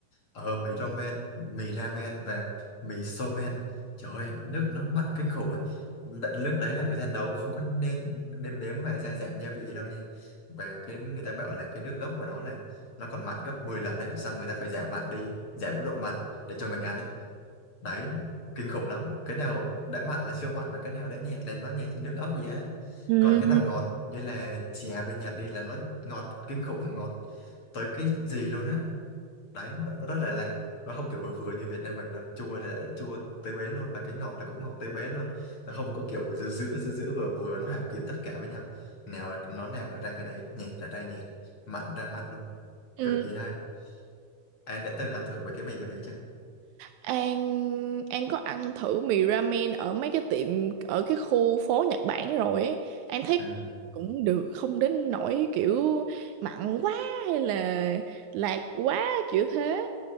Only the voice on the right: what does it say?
Ừ.
Ừ.
An An có ăn thử mì ramen ở mấy cái tiệm ở cái khu phố Nhật Bản rồi ấy. An thấy
cũng được không đến nỗi kiểu mặn quá hay là lạc quá kiểu thế.